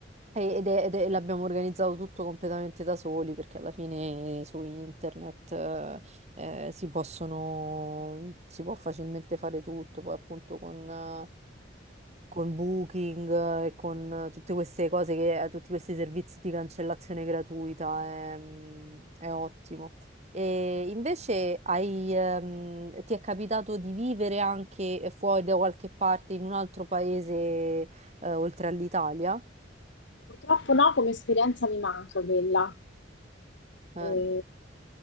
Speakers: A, on the right; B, on the left.
A: e- Ed è- ed è- l'abbiamo organizzato tutto completamente da soli perché alla fine eh, su internet eh, eh, si possono, si può facilmente fare tutto, poi appunto con, eh, con Booking eh, e con eh, tutte queste cose che, eh, tutti questi servizi di cancellazione gratuita è, mm, è ottimo. E invece hai, ehm, ti è capitato di vivere anche fuori da qualche parte in un altro paese eh, oltre all'Italia?
B: purtroppo no, come esperienza mi manca quella.
A: Eh,
B: Eh,